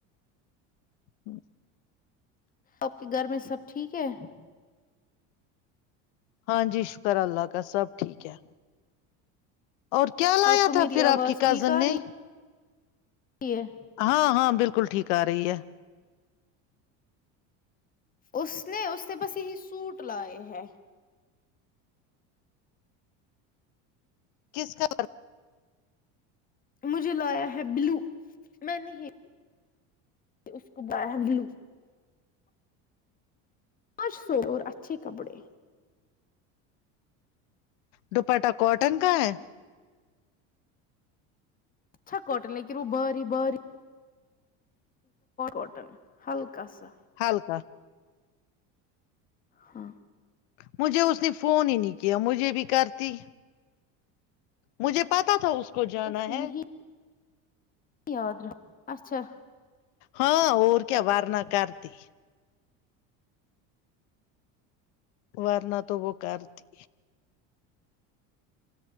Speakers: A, on the left; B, on the left.
A: <unintelligible>
B: آپ کے گھر میں سب ٹھیک ہے
A: ہاں جی شکر اللہ کا سب ٹھیک ہے اور کیا لایا
B: آپ کو
A: تھا
B: میری
A: پھر
B: آواز
A: آپ کی کازن
B: ٹھیک آ
A: نے
B: <inaudible> <unintelligible>
A: ہاں ہاں بالکل ٹھیک آ رہی ہے
B: اس نے اس سے بس یہی سوٹ لائے ہے
A: کس کلر؟
B: مجھے لایا ہے بلو میں نہیں اس کو باہر بلو پانچ سو اور اچھے کپڑے
A: دوپٹہ کاٹن کا ہے
B: اچھا کااٹن لیکن وہ باری باری اٹن ہلکا سا
A: ہالکا <inaudible>
B: ہاں
A: مجھے اس نے فون ہی نہیں کیا مجھے بھی کرتی مجھے پتا تھا اس کو جانا
B: اس
A: ہے
B: نہیں یاد رہا اچھا
A: ہاں اور کیا وارنا کرتی وارنات تو وہ کرتی